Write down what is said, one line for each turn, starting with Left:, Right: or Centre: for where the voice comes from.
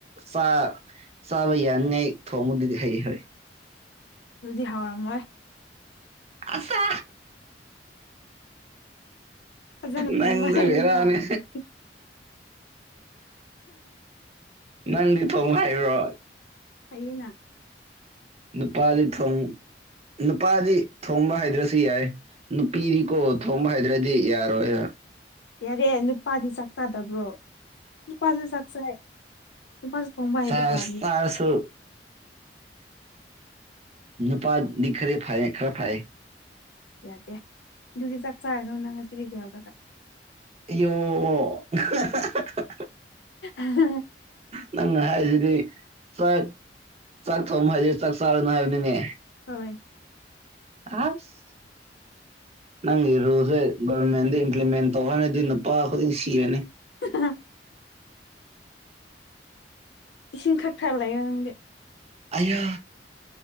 Right: ꯆꯥ ꯆꯥꯕ ꯌꯥꯅꯤꯡꯉꯥꯏ ꯊꯣꯡꯕꯗꯨꯗꯤ ꯍꯩ ꯍꯣꯏ
Left: ꯑꯗꯨꯗꯤ ꯍꯥꯎꯔꯝꯃꯣꯏ
Right: ꯑꯆꯥ
Left: ꯐꯖꯅ
Right: ꯅꯪꯁꯨ
Left: ꯊꯣꯡꯕ ꯍꯩꯔꯗꯤ
Right: ꯕꯦꯔꯥꯅꯦ
Left: ꯌꯥꯔꯕꯅꯤ
Right: ꯅꯪꯗꯤ ꯊꯣꯡꯕ ꯍꯩꯕ꯭ꯔꯣ
Left: ꯍꯩꯌꯦꯅ
Right: ꯅꯨꯄꯥꯗꯤ ꯊꯣꯡ ꯅꯨꯄꯥꯗꯤ ꯊꯣꯡꯕ ꯍꯩꯗ꯭ꯔꯁꯨ ꯌꯥꯏ ꯅꯨꯄꯤꯗꯤꯀꯣ ꯊꯣꯝꯕ ꯍꯩꯗ꯭ꯔꯗꯤ ꯌꯥꯔꯣꯏꯕ
Left: ꯌꯥꯔꯦ ꯅꯨꯄꯥꯗꯤ ꯆꯥꯛ ꯆꯥꯗꯕ꯭ꯔꯣ ꯅꯨꯄꯥꯁꯨ ꯆꯥꯛ ꯆꯥꯏ ꯅꯨꯄꯥꯁꯨ ꯊꯣꯡꯕ ꯍꯩꯕ
Right: ꯆꯥꯁ
Left: ꯇꯥꯕꯅꯤ
Right: ꯆꯥꯔꯁꯨ ꯅꯨꯄꯥꯗꯤ ꯈꯦꯔ ꯐꯥꯏꯌꯦ ꯈꯔ ꯐꯥꯏꯌꯦ
Left: ꯌꯥꯗꯦ ꯑꯗꯨꯗꯤ ꯆꯥꯛ ꯆꯥꯔꯅꯨ ꯅꯪ ꯉꯁꯤꯗꯒꯤ ꯍꯧꯔꯒ
Right: ꯑꯣꯌꯣ ꯑꯍ ꯍ ꯍ ꯍꯛ
Left: ꯑꯍꯑ
Right: ꯅꯪ ꯍꯥꯏꯁꯤꯗꯤ ꯆꯥꯛ ꯆꯥꯛ ꯊꯣꯡꯕ ꯍꯥꯏꯁꯦ ꯆꯥꯛ ꯆꯥꯔꯅꯨ ꯍꯥꯏꯕꯅꯤꯅꯦ
Left: ꯍꯣꯏ
Right: ꯑꯁ ꯅꯪꯒꯤ ꯔꯨꯜꯁꯦ ꯒꯔꯃꯦꯟꯗ ꯏꯝꯄ꯭ꯂꯤꯃꯦꯟ ꯇꯧꯍꯅꯗꯤ ꯅꯨꯄꯥ ꯈꯨꯗꯤꯡ ꯁꯤꯔꯅꯤ
Left: <unintelligible> ꯏꯁꯤꯡ ꯈꯛꯊꯛ ꯂꯩꯑꯣ ꯅꯪꯗꯤ
Right: ꯑꯌꯥ